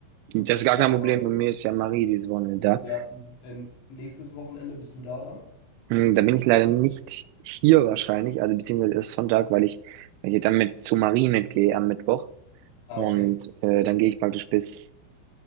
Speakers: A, on the right (about 85°); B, on the left (about 70°).
A: das ist gar
B: aber
A: kein Problem. Bei mir ist ja Marie dieses Wochenende da.
B: ja, in- nächstes Wochenende bist du da da?
A: Hm, Da bin ich leider nicht hier wahrscheinlich, also beziehungsweise erst Sonntag, weil ich, weil ich dann mit zu Marie mitgehe am Mittwoch.
B: Ah,
A: Und
B: okay.
A: äh, dann gehe ich praktisch bis